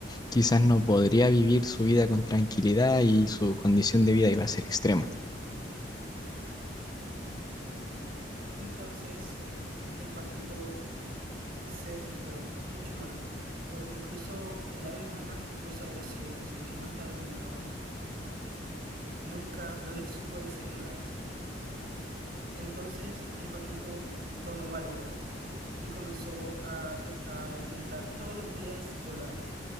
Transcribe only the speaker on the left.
quizás no podría vivir su vida con tranquilidad y su condición de vida iba a ser extrema.